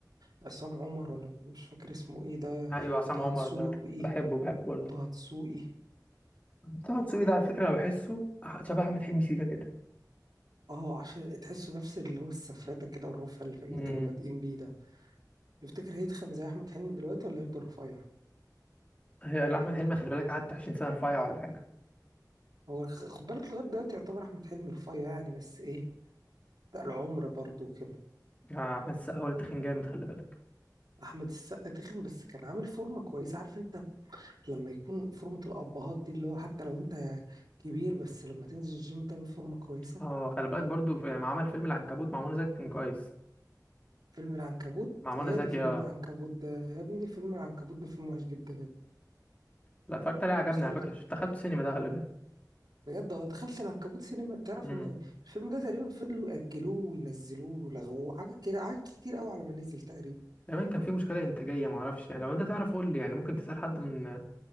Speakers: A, on the right (about 70°); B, on the left (about 20°).
A: عصام عمر ولا مش فاكر اسمه ايه ده
B: ايوه عصام
A: وطه
B: عمر
A: دسوقي
B: ده بحبه بحبه برضه
A: وطه دسوقي
B: طه دسوقي ده على فكره
A: و...
B: انا بحسه أح- شبه احمد حلمي سيكا كده
A: اه عشان تحسوا نفس اللي هو السفرته كده والرفع اللي اللي
B: امم
A: كانوا بادئين بيه ده يفتكر هيتخن زي احمد حلمي دلوقتي ولا هيفضل رفيع
B: هي لا، احمد حلمي خلي بالك قعد 20 سنه رفيع ولا حاجه
A: هو خ- خد بالك لغايه دلوقتي يعتبر احمد حلمي رفيع يعني بس ايه ده العمر برضه كده
B: يعني احمد السقا هو اللي تخين جامد خلي بالك
A: احمد السقا تخن بس كان عامل فورمه كويسه عارف انت لما يكون فورمه الابهات دي اللي هو حتى لو انت كبير بس لما تنزل الجيم تعمل فورمه كويسه
B: اه خلي بالك برضه في- يعني ما عمل فيلم العنكبوت مع منى زكي كان كويس
A: فيلم العنكبوت
B: مع منى
A: يا
B: زكي
A: دي فيلم
B: اه
A: العنكبوت ده يا ابني فيلم العنكبوت ده فيلم وحش جدا يا ابني
B: لا اتفرجت عليه عجبني
A: مش عارف
B: على فكره دخلت سينما ده خلي بالك
A: بجد أنا دخلت العنكبوت سينما تعرف
B: امم
A: ان الفيلم ده تقريبا فضلوا يأجلوه وينزلوه ولغوه حاجة كده حاجات كتير قوي على ما نزل تقريبا
B: كمان كان في مشكله انتاجيه معرفش يعني لو انت تعرف قول لي يعني ممكن تسال حد من من